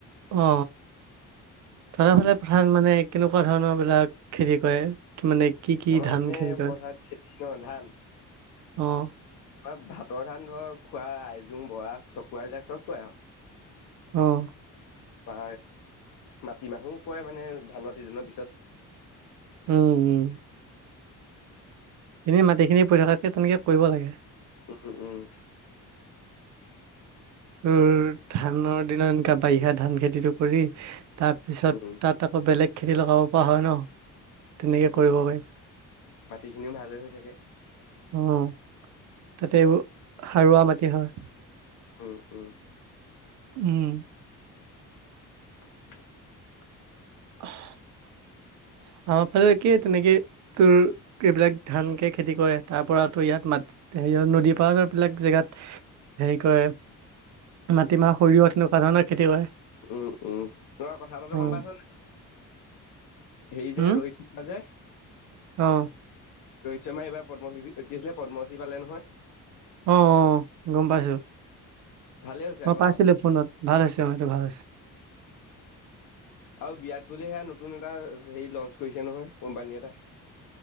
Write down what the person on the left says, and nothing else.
উম
আমাৰ
এইপিনে
পথাৰত খেতি ন ধান
আমাৰ ভাতৰ ধান ধৰ খোৱা, আইজোং, বৰা, চকুৱা, এইবিলাক চব কৰে আৰু।
বা মাটিমাহো কয়ে মানে ধানৰ ছিজনৰ পিছত।
উম, উম,
উম
উম
মাটি খিনিও ভালে হৈ থাকে
উম, উম,
<inaudible>
উম, উম, খুৰা কথা এটাটো
গম পাইছ নাই? হেৰি যে
<unintelligible> যে। ৰোহিত
শৰ্মা এইবাৰ পদ্ম <unintelligible> কি আছিলে পদ্ম শ্ৰী পালে নহয়।
ভালে হৈছে
আকৌ
ন
আৰু বিৰাট কোহলি হে নতুন এটা হেৰি লঞ্চ কৰিছে নহয়। কম্পানী এটা